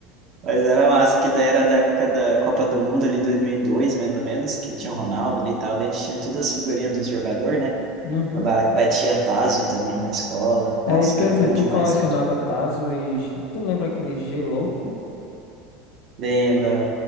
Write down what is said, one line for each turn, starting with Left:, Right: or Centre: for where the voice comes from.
Right: Mas era massa, que daí era da época da Copa do Mundo ali, 2002 mais ou
Left: Cara,
Right: menos,
Left: muito
Right: que tinha
Left: bom.
Right: o Ronaldo ali e tal, daí a gente tinha todas as figurinhas dos jogadores, né?
Left: Uhum.
Right: Ba- Batia tazo também na escola. Nossa,
Left: É isso que
Right: era
Left: eu ia dizer,
Right: bom
Left: tu
Right: demais,
Left: colecionava
Right: cara.
Left: Tazo e. ge- Tu lembra aquele G-Louco?
Right: Lembra?